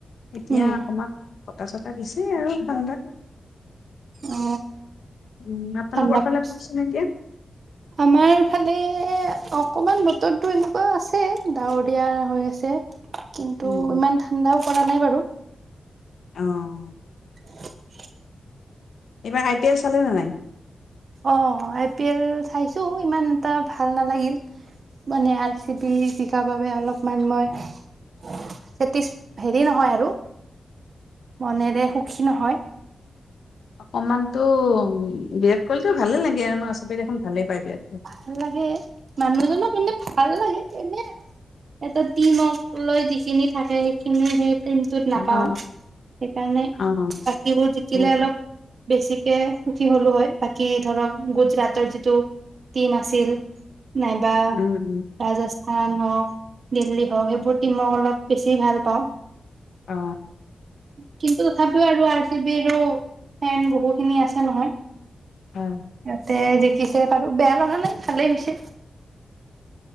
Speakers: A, on the left (about 85°); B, on the right (about 55°).
A: এতিয়া
B: উম,
A: অকমান বতা চতা দিছে আৰু ভালদৰে
B: অ
A: উম আপোনালোকৰ
B: ঠাণ্ডা
A: ফালে
B: পৰিছে
A: কওকচোন এতিয়া
B: আমাৰ ফালে অকমান বতৰটো এনেকুৱাও আছে ডাৱৰ দিয়া হৈ আছে কিন্তু
A: উম
B: ইমান ঠাণ্ডাও পৰা নাই বাৰু
A: আহ
B: হয়
A: এইবাৰ আই পি এল চালে নে নাই
B: অ আই পি এল চাইছো ইমান এটা ভাল নালাগিল মানে আৰ চি বি জিকাৰ বাবে অলপমান মই হেটিছ হেৰি নহয় আৰু মনেৰে সুখী নহয়
A: অকমান তো উ কৰিতো ভালেই লাগে আৰু ন চবেই দেখোন ভালেই পাই দিয়া
B: ভাল লাগে মানুহজনক মানে ভাল লাগে এনেই এটা টিমক লৈ যিখিনি থাকে সেইখিনি সেই টিমটোত নাপাওঁ
A: অ
B: সেইকাৰণে
A: অ
B: বাকিবোৰ জিকিলে
A: উম
B: আৰু বেছি সুখী হলো হয় বাকী ধৰক গুজৰাটৰ যিটো টিম আছিল নাইবা
A: উম
B: ৰাজস্থ খান হওক দিল্লী হওক এইবোৰ টিমক অলপ বেছি ভাল পাওঁ
A: অ
B: কি তথাপিও আৰু আৰ জি বি ৰো ফেন বহুখিনি আছে নহয়
A: অ
B: সিহঁতে জিকিছে বাৰো বেয়া লগা নাই ভালেই হৈছে